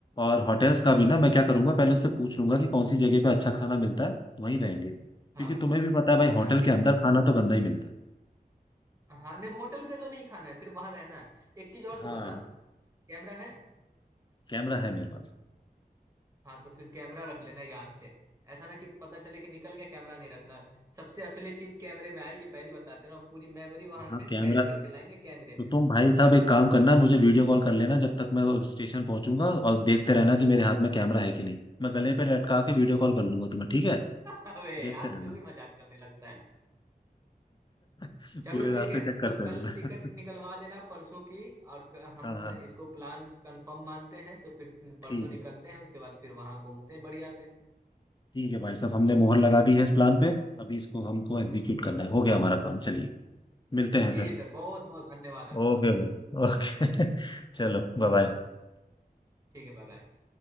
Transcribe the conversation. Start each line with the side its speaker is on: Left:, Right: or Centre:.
Left: और होटल्स का भी ना मैं क्या करूंगा पहले उससे पूछ लूंगा कि कौन सी जगह पे अच्छा खाना मिलता है वहीं रहेंगे क्योंकि
Right: हाँ
Left: तुम्हें भी पता है भाई
Right: हाँ
Left: होटल
Right: ठीक
Left: के अंदर
Right: है
Left: खाना तो गंदा ही मिलता
Right: हाँ नहीं होटल पे तो नहीं खाना है सिर्फ वहां रहना है एक चीज और
Left: है हाँ
Right: तू बता कैमरा है
Left: कैमरा है मेरे पास
Right: हाँ तो फिर कैमरा रख लेना याद से ऐसा ना कि पता चले कि निकल गया कैमरा नहीं रखना सबसे असली चीज कैमरे में आएगी पहली बता दे रहा हूँ पूरी मेमोरी वहां
Left: हाँ
Right: से
Left: कैमरा
Right: कैच करके लाएंगे कैमरे
Left: तो तुम भाई साहब एक काम करना मुझे वीडियो कॉल कर लेना जब तक मैं स्टेशन पहुंचूंगा और देखते रहना कि मेरे हाथ में कैमरा है कि नहीं मैं गले पे लटका के वीडियो कॉल कर लूंगा तुम्हें ठीक है
Right: अबे
Left: देखते
Right: यार
Left: रहना
Right: तू भी मजाक करने लगता है
Left: <laughs>
Right: चलो
Left: पूरे रास्ते
Right: ठीक है
Left: चेक
Right: तो
Left: करते
Right: कल
Left: रहना
Right: टिकट
Left: <laughs>
Right: निकलवा देना परसों की और क- हम
Left: हाँ हाँ
Right: इसको प्लान कंफर्म मानते हैं तो फिर परसों
Left: ठीक
Right: निकलते
Left: है
Right: हैं उसके बाद फिर वहां घूमते हैं बढ़िया से
Left: ठीक है भाई साहब हमने मोहर लगा दी है इस प्लान पे अभी इसको हमको एग्जीक्यूट करना है हो गया हमारा काम चलिए मिलते हैं
Right: जी
Left: फिर
Right: सर बहुत बहुत धन्यवाद आपका
Left: ओके भाई ओके <laughs> चलो बाय बाय
Right: ठीक है बाय बाय